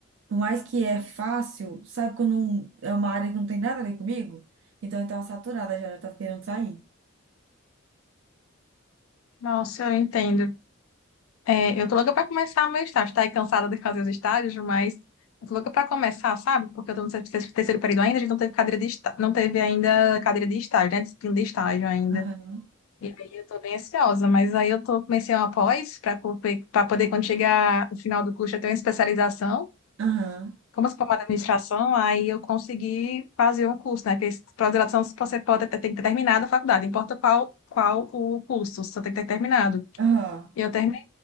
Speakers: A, on the right; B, on the left.
A: Por mais que é fácil, sabe quando não- é uma área que não tem nada a ver comigo? Então eu tava saturada já, já tava querendo sair.
B: Nossa, eu entendo. É, eu tô louca pra começar meu estágio. Tá aí cansada de fazer os estágios, mas eu tô louca pra começar, sabe? Porque eu tô no ter- terceiro período ainda, a gente não teve cadeira de estágio, não teve ainda cadeira de estágio, né? Disciplina de estágio ainda.
A: Aham,
B: E aí eu tô bem ansiosa, mas aí eu tô comecei uma pós pra, co- pra poder, quando chegar o final do curso, eu ter uma especialização.
A: aham,
B: Como eu sou formada em administração, aí eu consegui fazer um curso, né? Porque pós-graduação você pode ter, tem que ter terminado a faculdade, não importa qual, qual o curso, você tem que ter terminado.
A: aham,
B: E eu terminei